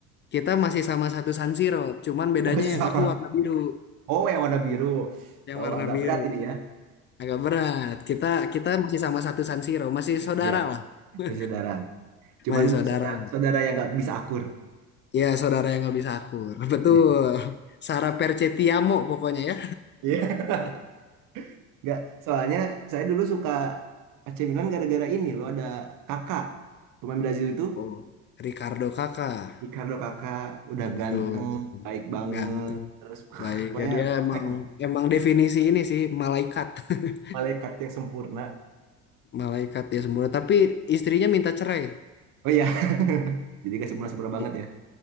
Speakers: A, on the left; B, on the right.
A: kita masih sama satu San Siro, cuman bedanya
B: Masih
A: yang
B: sama.
A: aku warna biru,
B: Oh yang warna biru.
A: <laughs> yang
B: Oh
A: warna
B: agak
A: biru.
B: berat ini ya.
A: Agak berat. Kita kita masih sama satu San Siro, masih saudara
B: Iya
A: lah. <laughs>
B: masih saudara. Cuman
A: Masih saudara.
B: saudara, saudara yang nggak bisa akur.
A: Ya, saudara yang nggak bisa akur. <laughs> Betul.
B: Iya.
A: Sara Percetiamo pokoknya ya.
B: Iya. Nggak. Soalnya saya dulu suka AC Milan gara-gara ini loh ada kakak pemain Brazil itu.
A: Oh, Ricardo Kakak.
B: Ricardo kakak udah
A: Betul,
B: ganteng,
A: betul.
B: baik banget,
A: Ganteng.
B: terus <laughs>
A: Baik
B: pokoknya
A: ya dia
B: perfect,
A: emang emang definisi ini sih malaikat. <laughs>
B: malaikat yang sempurna.
A: Malaikat ya sempurna. Tapi istrinya minta cerai.
B: Oh iya, <laughs> jadi gak sempurna-sempurna banget
A: I-
B: ya.